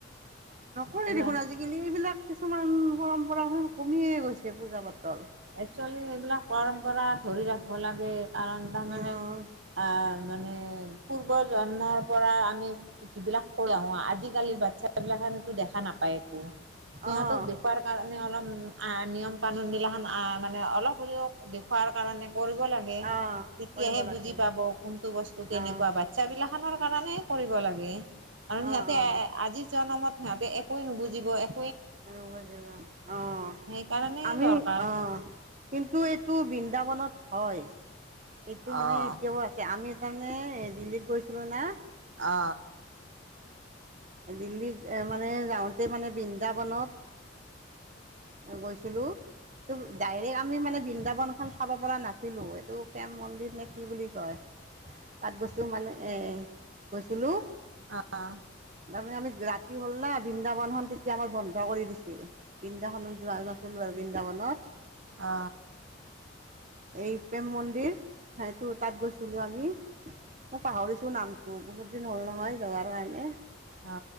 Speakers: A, on the right; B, on the right.
A: নকৰেই
B: কিবা
A: দেখোন, আজিকালি এইবিলাক কিছুমান পৰম্পৰা এ, কমিয়ে গৈছে পূজা-পাতল।
B: একচৱেলি এইবিলাক পৰম্পৰা ধৰি ৰাখিব লাগে, কাৰণ তাৰমানে
A: উম
B: আহ মানে, পূৰ্বজন্মৰ পৰা আমি যিবিলাক কৰা হোৱা, আজিকালিৰ বাচ্ছাবিলাক সেইটো দেখা নাপা পায় একো, সিহঁতক
A: আহ
B: দেখুৱাৰ কাৰণে অলপ আ, নিয়ম কানোনবিলাক আহ, মানে অলপ হ'লেও দেখুৱাৰ কাৰণে কৰিব লাগে,
A: আহ
B: তেতিয়াহে
A: কৰিব লাগে
B: বুজি পাব কোনটো বস্তু কেনেকুৱা
A: আহ
B: বা বাচ্ছা বিলাখনৰ কাৰণেই কৰিব লাগে, আৰু সিহঁতে
A: অ অ
B: এ, আজি জনমত সিহঁতে একোৱে নুবুজিব, এক
A: <inaudible> অহ,
B: সেইকাৰণে
A: আমি,
B: দৰকাৰ
A: অহ, কিন্তু এইটো বৃন্দাবনত হয়, এইটো মানে
B: অ
A: এতিয়াও আছে, আমি সেইকাৰণে এ, দিল্লীত গৈছিলোঁ না।
B: অ,
A: দিল্লীত এ, মানে যাওঁতে মানে বৃন্দাবনত গৈছিলো, তম, ডাইৰেক্ট আ আমি মানে বৃন্দাবন খন চাব পৰা নাছিলো। এইটো কেম, মন্দিৰ নে, কি বুলি কয়। তাত গৈছো মানে, এ, গৈছিলো।
B: অ, অ,
A: তাৰমানে আমি ৰাতি হ'ল না বৃন্দাবনখন তেতিয়া আমাৰ বন্ধ কৰি দিছিল। বৃন্দাখননত যোৱা নাছ- সুনবা বৃন্দাবনত
B: অ।
A: এই প্ৰেম মন্দিৰ। সেইটো তাত গৈছিলো আমি, মই পাহৰিছ- টো নামটো বহুত দিন হ'ল নহয় যোৱাৰ কাৰণে
B: অ।